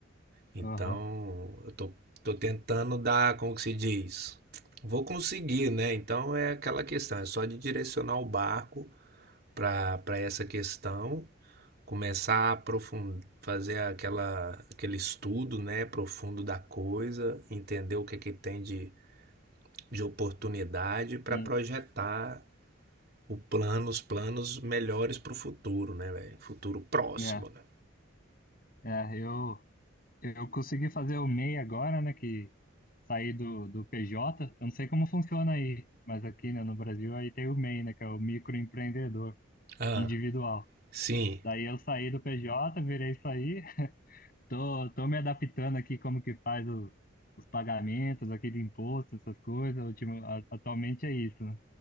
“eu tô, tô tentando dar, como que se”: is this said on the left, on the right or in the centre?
Right